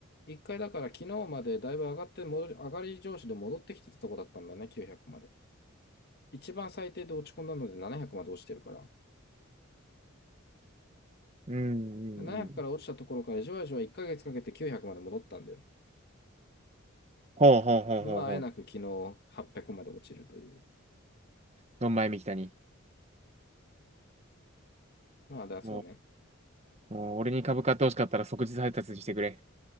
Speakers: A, on the left; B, on the right.
A: 一回だから昨日までだいぶ上がって戻り、上がり上司で戻ってきてたとこだったんだね、900まで。一番最低で落ち込んだので700まで落ちてるから。
B: うん、うんうん。
A: で700から落ちたところからじわじわ1ヶ月かけて900まで戻ったんだよ。
B: ほうほうほうほうほう。
A: で、まあ、あえなく昨日800まで落ちるという。
B: ドンマイみきたに。
A: まあ、だ、そうね。
B: もう、もう俺に株買ってほしかったら即日配達してくれ。